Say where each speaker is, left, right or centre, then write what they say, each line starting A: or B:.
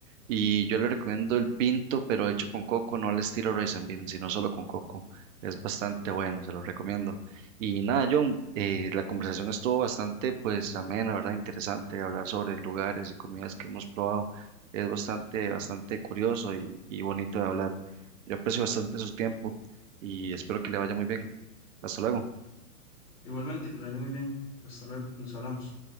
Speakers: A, on the right (about 60°); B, on the left (about 80°).
A: Y yo le recomiendo el pinto, pero hecho con coco, no al estilo rice and bean, sino solo con coco. Es bastante bueno, se lo recomiendo. Y nada, John, eh, la conversación estuvo bastante, pues, amena, ¿verdad? Interesante hablar sobre lugares y comidas que hemos probado. Es bastante, bastante curioso y, y bonito de hablar. Yo aprecio bastante su tiempo y espero que le vaya muy bien. Hasta luego.
B: Igualmente, que la haya muy bien. Hasta luego, nos hablamos.